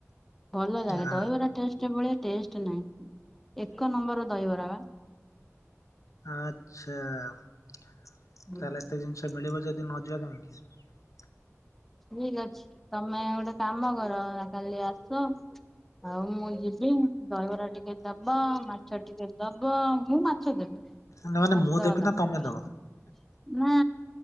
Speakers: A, in the centre; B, on the left (about 90°).
A: ଭଲ ଲାଗେ
B: ନା
A: ଦହିବରା ଟେଷ୍ଟ ଭଳିଆ ଟେଷ୍ଟ ନାହିଁ ଏକ ନମ୍ବର ଦହିବରା ବା।
B: ଆଚ୍ଛା ତାହେଲେ
A: ହୁଁ
B: ଏତେ ଜିନିଷ ମିଳିବ ଯଦି ନ ଯିବା କାହିଁକି।
A: ଠିକ ଅଛି ତମେ ଗୋଟେ କାମ କର କାଲି ଆସ। ଆଉ ମୁଁ ଯିବି ଦହିବରା ଟିକେ ଦବ ମାଛ ଟିକେ ଦବ ମୁଁ ମାଛ ଦେବି।
B: ନା ମାନେ
A: ମସ୍ତ
B: ମୁଁ ଦେବି
A: <unintelligible>
B: ନା
A: ହୁଅନ୍ତା ନା।
B: ତମେ ଦବ